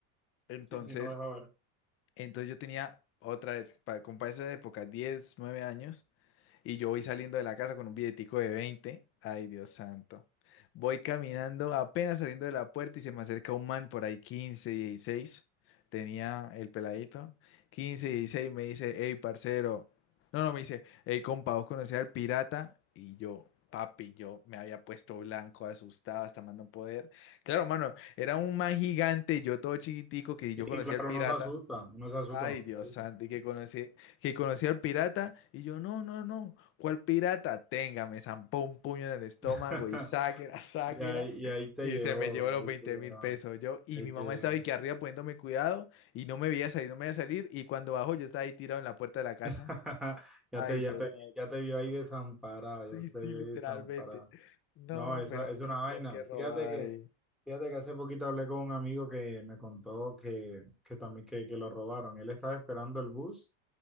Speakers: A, on the left; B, in the centre.
A: Entonces,
B: sí, sí, no deja ver.
A: entonces yo tenía otra vez, para, como para esa época, 10 9 años, y yo voy saliendo de la casa con un billetico de veinte Ay, Dios santo. Voy caminando, apenas saliendo de la puerta y se me acerca un man por ahí, 15, 16. Tenía el peladito. 15, 16, me dice, hey, parcero. No, no, me dice, hey, compa, ¿vos conocés al pirata? Y yo, papi, yo me había puesto blanco, asustado, hasta más no poder. Claro, mano, era un man gigante, yo todo chiquitico, que
B: Y
A: yo conocía
B: claro,
A: al pirata.
B: no se asusta, no se asusta.
A: Ay,
B: no
A: Dios
B: se
A: santo, y que conocí, que conocí al pirata, y yo, no, no, no, ¿cuál pirata? Tenga, me zampó un puño en el estómago
B: asusta. <laughs>
A: y sáquela, <laughs> sáquela,
B: Y ahí, y ahí te
A: y
B: llevó,
A: se me llevó
B: ahí
A: los veinte
B: te llevó,
A: mil pesos. Yo, y
B: ahí
A: mi
B: te
A: mamá
B: llevó.
A: estaba aquí arriba poniéndome cuidado, y no me veía salir, no me veía salir, y cuando bajo yo estaba ahí tirado en la puerta de la casa.
B: <laughs> Ya
A: Ay,
B: te, ya
A: Dios
B: te,
A: santo,
B: ya te vio ahí desamparado, ya
A: sí,
B: te
A: sí,
B: vio
A: literalmente.
B: ahí desamparado.
A: No,
B: No, esa
A: pero,
B: es una vaina.
A: tío, qué
B: Fíjate
A: robada
B: que,
A: ahí.
B: fíjate que hace poquito hablé con un amigo que me contó que, que también que, que lo robaron. Él estaba esperando el bus